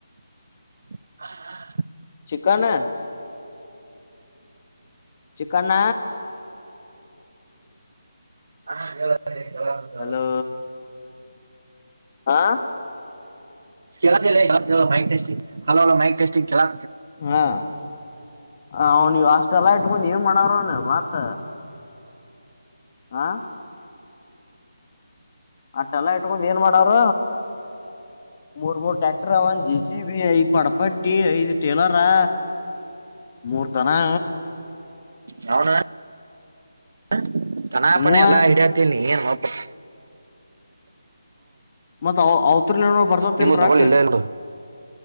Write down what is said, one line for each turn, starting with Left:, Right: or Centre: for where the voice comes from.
Right: <inaudible>
Left: ಚಿಕನ್ ಚಿಕಣ್ಣ
Right: ಹಾ ಹೇಳ. ಕೇಳಾತೈತಿ ಹೇಳು.
Left: ಹಲೋ. ಆ
Right: ಕೇಳೋಡ್ಲೆ ನನ್ ಮಾತ್ ಕೇಳ mic testing hello hello mic testing ಕೇಳಾ
Left: ಹಾ. ಆ ನೀವು ಅಷ್ಟೆಲ್ಲ ಗೊಂಡ್ ಏನ್ ಮಾಡೋರನ್ ಮತ್ತ. ಆ ಅಟ್ಟೆಲ್ಲಾ ಇಟ್ಕೊಂಡ್ ಏನ್ ಮಾಡವ್ರ ಮೂರ್ ಮೂರ್ ಟ್ಯಾಕ್ಟರ್ ಒಂದ್ ಜೆ ಸಿ ಬಿ ಐದ್ ಪಡಪಟ್ಟಿ ಐದ್ ಟೇಲರಾ ಮೂರ್ದನಾ
Right: ಯಾವನು <unintelligible> ತನಪನ
Left: ನಿಮ್ಮುವ
Right: ಎಲ್ಲ ಐಡಿಯಾತಿನಿ. <unintelligible>
Left: ಮತ್ತ್ ಅವ ಅವಔತ್ಲ್ನ ಬರ್ದತಿಲ್ಲ
Right: ನಿಮ್ಮ ದನಗಳು
Left: ರೊಕ್ಕ.
Right: ಇಲ್ಲ ಇಲ್ಲ